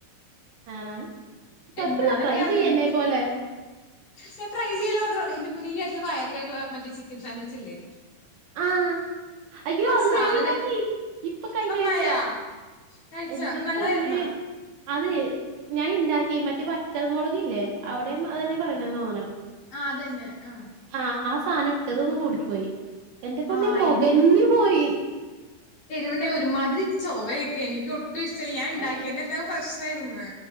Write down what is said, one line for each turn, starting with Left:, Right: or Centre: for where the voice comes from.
Right: ആണാ കൊഴപ്പില്ല
Left: എന്താന്ന്
Right: ട്രൈ
Left: എനിക്കറിയില്ല
Right: ചെയ്യ എന്നെ പോലെ
Left: ഞാൻ ട്രൈ ചെയ്യല് മാത്രം എന്റെ പൊന്നെ ഈ അടുത്ത് വൈറൽ ആയിട്ടുള്ള മറ്റ് ചിക്കൻ സാൻവിച്ചില്ലേ
Right: ആഹ് അയ്യോ അത്
Left: സാധന
Right: ഞാനിണ്ടാക്കി ഇപ്പൊ കഴിഞ്ഞാഴ്ച
Left: നന്നായാ കഴിച്ചാ
Right: എന്റെ
Left: നല്ലതായിരുന്നോ
Right: പൊന്നേ അതെ ഞാൻ ഇണ്ടാക്കി മറ്റേ വറ്റൽ മുളകില്ലേ അവിടെയും അതന്നെ പറയണത് തോന്നണത്
Left: ആഹ് അതന്നെ ആഹ്
Right: ആഹ് ആ സാധനം ഇട്ടതൊന്ന് കൂടിപ്പോയി എന്റെ പൊന്നേ
Left: ആഹ്
Right: പൊകഞ്ഞു പോയി
Left: വണ്ടേ ഒരുമാതിരി ചൊവയൊക്കെ എനിക്ക് ഒട്ടും ഇഷ്ടല്ല ഞാൻ ഇണ്ടാക്കിയേൻ്റന്ന
Right: ആ
Left: പ്രശ്ന ആയിര്ന്ന്